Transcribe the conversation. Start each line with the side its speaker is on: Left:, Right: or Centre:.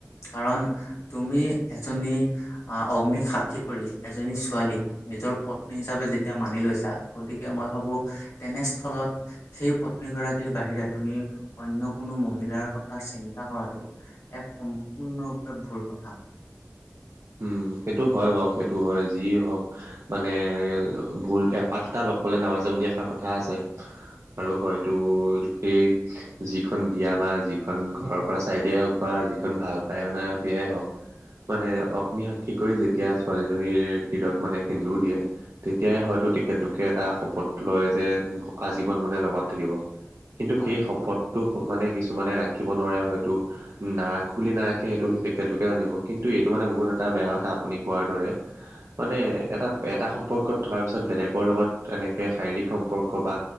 Left: কাৰণ তুমি এজনী আহ অগ্নিক সাক্ষী কৰি এজনী ছোৱালীক নিজৰ পত্নী হিচাপে যেতিয়া মানি লৈছা গতিকে মই ভাবো তেনেস্থলত সেই পত্নী গৰাকীৰ বাহিৰে তুমি অন্য কোনো মহিলাৰ কথা চিন্তা কৰাটো এক সম্পূৰ্ণৰূপে ভুল কথা।
Right: উম সেইটো হয় বাৰু সেইটো হয় যি হওক মানে ভুল এপাতটা লগ পলে নাবাজে বুলি এষাৰ কথা আছে। আৰু হয়তো সেই যিখন বিয়া বা যিখন ঘৰৰ পৰা চাই দিয়াই হওক বা যিখন ভাল পায় অনা বিয়াই হওঁক মানে অগ্নিশ কি কৰি যেতিয়া ছোৱালীজনীৰ শিৰত মানে সেন্দুৰ দিয়ে তেতিয়াই হয়তো তেখেতলোকে এটা শপত লয় যে আজীৱন মানে লগত থাকিব। কিন্তু
Left: হয়।
Right: সেই শপতটো মানে কিছুমানে ৰাখিব নোৱাৰে হয়তো। নাৰাখো বুলি নাৰাখে সেইটো তেখেতলোকে জানিব কিন্তু এইটো মানে বহুত এটা বেয়া কথা আপুনি কোৱাৰ দৰে,
Left: উম।
Right: মানে এটা এটা সম্পৰ্কত থকাৰ পিছত বেলেগৰ লগত এনেকৈ শাৰীৰিক সম্পৰ্ক বা